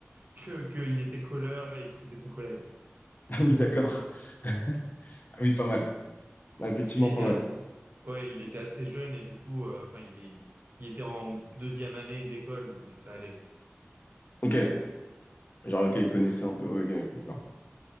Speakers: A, on the right; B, on the left.
A: que qu'il était colleur et que c'était son collègue.
B: Ah oui, d'accord. Ah oui, pas mal. Ah, effectivement,
A: Parce qu'il était,
B: pas mal.
A: a- ouais, il était assez jeune et du coup, euh, enfin, il, est- il était en deuxième année d'école, donc ça allait.
B: Ok. Genre, ok, ils connaissaient un peu. Ouais, Ok, d'accord.